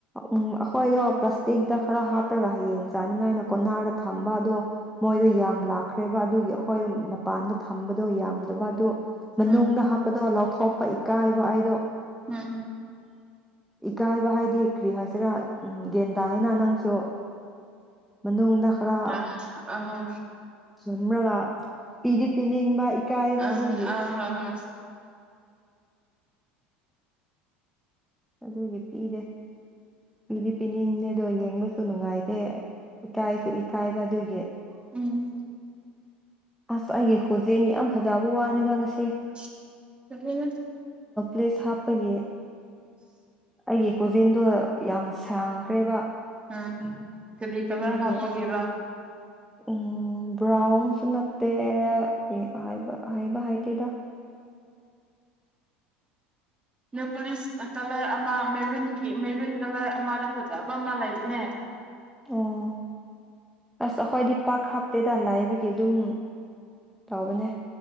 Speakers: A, in the centre; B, on the right (about 20°).
A: ꯎꯝ ꯑꯩꯈꯣꯏꯗꯣ ꯄ꯭ꯂꯥꯁꯇꯤꯛꯇ ꯈꯔ ꯍꯥꯞꯄꯒ ꯍꯌꯦꯡ ꯆꯥꯅꯤꯡꯉꯥꯏꯅ ꯀꯣꯟꯅꯥꯔꯗ ꯊꯝꯕ ꯑꯗꯣ ꯃꯣꯏꯗꯣ ꯌꯥꯝ ꯂꯛ ꯈ꯭ꯔꯦꯕ ꯑꯗꯨꯒꯤ ꯑꯩꯈꯣꯏ ꯃꯄꯥꯟꯗ ꯊꯝꯕꯗꯣ ꯌꯥꯝꯗꯕ ꯑꯗꯨ ꯃꯅꯨꯡꯗ
B: ꯎꯝ
A: ꯍꯥꯞꯄꯗꯣ ꯊꯣꯛꯄ ꯏꯀꯥꯏꯕ ꯑꯩꯗꯣ
B: ꯎꯝ
A: ꯏꯀꯥꯏꯕ ꯍꯥꯏꯗꯤ ꯀꯔꯤ ꯍꯥꯏꯁꯤꯔꯥ ꯎꯝ ꯒ꯭ꯌꯥꯟ ꯇꯥꯏꯅ ꯅꯪꯁꯨ ꯃꯅꯨꯡꯗ ꯈꯔ
B: ꯑ ꯑꯍꯣꯏ
A: ꯆꯨꯝꯔꯒ ꯄꯤꯗꯤ ꯄꯤꯅꯤꯡꯕ ꯏꯀꯥꯏꯕ
B: ꯑꯥ
A: ꯑꯗꯨꯒꯤ
B: ꯑꯥ ꯍꯣ ꯍꯣꯏ
A: ꯑꯗꯨꯒꯤ ꯄꯤꯔꯦ ꯄꯤꯗꯤ ꯄꯤꯅꯤꯡꯅꯦ ꯑꯗꯣ ꯌꯦꯡꯕꯁꯨ ꯅꯨꯡꯉꯥꯏ ꯑꯦ ꯀꯥꯏꯁꯨ ꯏꯀꯥꯏꯕꯗꯨꯏ
B: ꯎꯝ
A: ꯑꯁ ꯑꯩꯒꯤ ꯈꯣꯖꯤꯟ ꯌꯥꯝ ꯐꯖꯕ ꯋꯥꯅꯤꯗ ꯉꯁꯤ
B: <unintelligible>
A: ꯂꯤꯁ ꯍꯥꯞꯄꯒꯤ ꯑꯩꯒꯤ ꯈꯨꯖꯤꯟꯗꯣ ꯌꯥꯝ ꯁꯥꯡꯈ꯭ꯔꯦꯕ
B: ꯑ ꯀꯔꯤ ꯀꯂꯔ
A: ꯑꯗꯨꯒꯤ
B: ꯍꯥꯞꯄꯒꯤꯔꯥ
A: ꯎꯝ ꯕ꯭ꯔꯥꯎꯟꯁꯨ ꯅꯠꯇꯦ ꯑꯦ ꯍꯥꯏꯕ ꯍꯥꯏꯕ ꯍꯩ ꯇꯦꯗ
B: ꯅꯦꯟꯄꯨꯂꯤꯁ ꯀꯂꯔ ꯑꯃ ꯃꯦꯔꯨꯟꯒꯤ ꯃꯦꯔꯨꯟ ꯀꯂꯔ ꯑꯃꯗ ꯐꯖꯕ ꯑꯃ ꯂꯩꯕꯅꯦ
A: ꯑꯣ ꯑꯁ ꯑꯩꯈꯣꯏꯗꯤ ꯄꯥꯛ ꯍꯥꯞꯇꯦꯗ ꯂꯥꯏꯕꯒꯤ ꯑꯗꯨꯝ ꯇꯧꯕꯅꯦ